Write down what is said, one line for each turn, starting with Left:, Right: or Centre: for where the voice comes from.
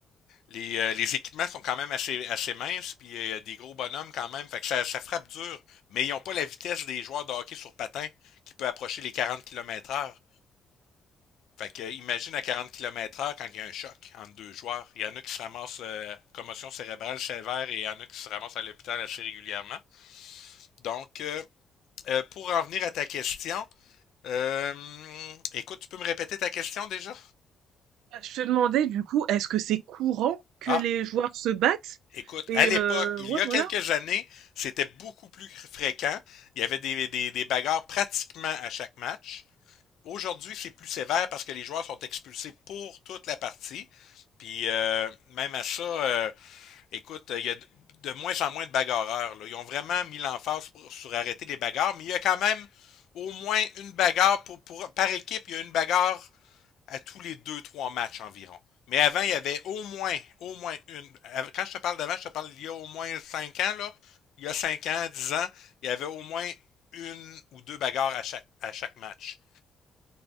Left: les, euh, les équipements sont quand même assez, assez minces, puis euh, des gros bonhommes quand même. Fait que ça, ça frappe dur, mais ils ont pas la vitesse des joueurs de hockey sur patin qui peut approcher les 40 km heure. Fait que euh, imagine à 40 km heure quand il y a un choc entre deux joueurs. Il y en a qui se ramassent euh, commotion cérébrale sévère et il y en a qui se ramassent à l'hôpital assez régulièrement. Donc, euh, euh, pour en venir à ta question, euh, écoute, tu peux me répéter ta question déjà?
Right: Bah, je te demandais du coup, est-ce que c'est courant que
Left: Ah,
Right: les joueurs se battent?
Left: écoute,
Right: Et
Left: à l'époque,
Right: heu,
Left: il
Right: ouais,
Left: y a
Right: voilà.
Left: quelques années, c'était beaucoup plus fréquent. Il y avait des, des, des bagarres pratiquement à chaque match. Aujourd'hui, c'est plus sévère parce que les joueurs sont expulsés pour toute la partie. Puis euh, même à ça, euh, écoute, il y a de, de moins en moins de bagarreurs. là. Ils ont vraiment mis l'emphase pour- sur arrêter les bagarres, mais il y a quand même au moins une bagarre pour, pour- par équipe, il y a une bagarre à tous les deux, trois matchs environ. Mais avant, il y avait au moins, au moins une. Quand je te parle d'avant, je te parle d'il y a au moins cinq ans, là. Il y a cinq ans, dix ans, il y avait au moins une ou deux bagarres à chaque, à chaque match.